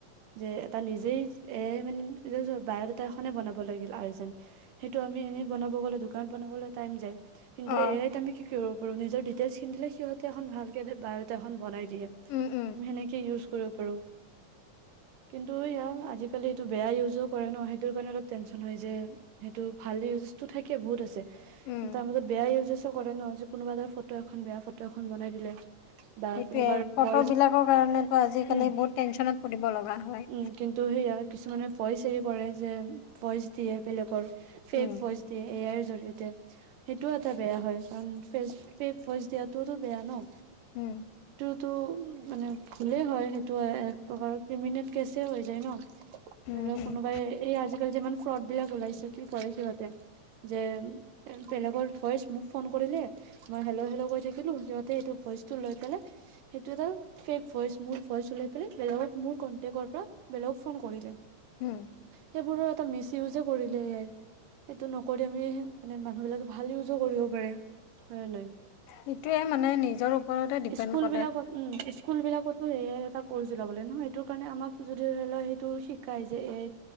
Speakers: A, on the right; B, on the left.
A: যে এটা নিজেই এ আই মানে বায়'ডাটা এখনেই বনাব লাগিল আৰ্জেন্ট সেইটো আমি এনেই বনাব গ'লে <unintelligible> দোকানত বনাবলৈ টাইম যায় কিন্তু
B: অ,
A: এ আইক আমি কি কৰিব আৰু নিজৰ ডিটেইলছ খিনি দিলে সিহঁতে এখন ভালকে বায়'ডাতা এখন বনাই দিয়ে
B: উম, উম,
A: সেনেকে ইউজ কৰিব পাৰোঁ কিন্তু এয়াও আজিকালি এইটো বেয়া ইউজো কৰে ন সেইটো কাৰণে অলপ টেনচন হৈ যায় সেইটো ভাল ইউজ টো থাকি এ বহুত আছে
B: উম।
A: তাৰ মাজত বেয়া ইউজো আছে কৰে ন যে কোনোবা এটা ফটো এখন বেয়া ফটো এখন বনাই দিলে বা
B: সেইটোৱে
A: কোনোবাৰ
B: ফটোবিলাকৰ
A: ভইচ
B: কাৰণেতো আজিকালি
A: উম
B: বহুত টেনচনত পৰিব লগা হয়
A: উম কিন্তু সেয়া কিছুমানে ভইচ হেৰি কৰে যে ভইচ দিয়ে বেলেগৰ ফেক
B: উম,
A: ভয়েচ এ আইৰ জৰিয়তে সেইটোও এটা বেয়া হয় কাৰণ ফেক ভইচ দিয়াটো ত'তো বেয়া ন
B: হোম
A: টো মানে ভুলে হয় সেইটো এক প্ৰকাৰৰ ক্ৰিমিনেল কেছে হৈ যায় ন
B: হুম,
A: ধৰি লওক
B: হুম,
A: কোনোবাই এই আজিকালি যে ইমান ফ্ৰড বিলাক ওলাইছে কি ক'লে সিহঁতে যে বেলেগৰ ভইচ মোক ফোন কৰিলে মই হেল্ল' হেল্ল' কৈ থাকিলো সিহঁতে সেইটো ভইচটো লৈ পেলাই সেইটো এটা ফেক ভইচ মোৰ ভইচ লৈ পেলাই বেলেগক মোৰ কনটেকৰ পৰা বেলেগক ফোন কৰিলে
B: হোম
A: সেইবোৰো এটা মিছ ইউজে কৰিলে এই আইৰ সেইটো নকৰি আমি মানে মানুহ বিলাকে ভাল ইউজো কৰিব পাৰে হয় নাই
B: সেইটোয়ে মানে নিজৰ ওপৰতে ডিপেণ্ড
A: স্কুল
B: কৰে।
A: বিলাকত উম স্কুল বিলাকত এ আই এটা কৰ্চ ওলাব লাগে নহয় সেইটো কাৰণে আমাক যদি ধৰি লোৱা সেইটো শিকাই যে এ আই